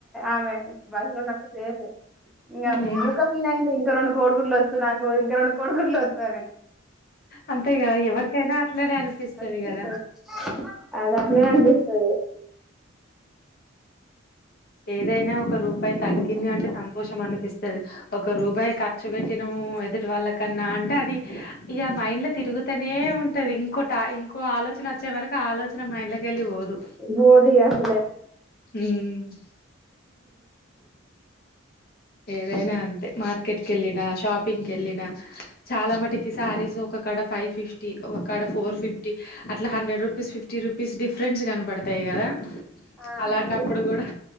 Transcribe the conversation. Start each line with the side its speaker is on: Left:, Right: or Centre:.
Centre: ఆమె బసేఫ ఇ
Left: ఉహు
Centre: మూకా పీనా ఇంకా రెండు కోడుగుడ్లు వచ్చు నాకు ఇంకా రెండు కోడుగుడ్లు వచ్చాని
Left: అంతే కదా ఎవరికైనా అట్లేనే అనిపిస్తుంది
Centre: అనిపిస్తది
Left: దా
Centre: అది అట్లనే
Left: ఊహుం
Centre: అనిపిస్తది
Left: ఏదైనా ఒక రూపాయి తగ్గి ఇంది అంటే సంతోషం అనిపిస్తుంది ఒక రూపాయి ఖర్చు పెట్టినము ఎదుటి వాళ్ళ కన్నా అంటే అది ఇక మైండ్ లో తిరుగుతనే ఉంటది ఇంకోట ఇంకో ఆలోచన వచ్చే వరకు ఆ ఆలోచన మైండ్ లోకి వెళ్ళి పోదు
Centre: బోదిసే
Left: ఉమ్ ఏదైనా అంతే మార్కెట్ క వెళ్లిన షాప్ పింక్ వెళ్ళిన చాలా మటుకి శారీస్ ఒకక్కడ ఫైవ్ ఫిఫ్టీ ఒకక్కడ ఫోర్ ఫిఫ్టీ అట్లా hundred rupees fifty rupees difference కనపడత ఉంటాయ్ గదా
Centre: ఆ
Left: అలాంటప్పుడు
Centre: కనిపిస్తు
Left: గుడా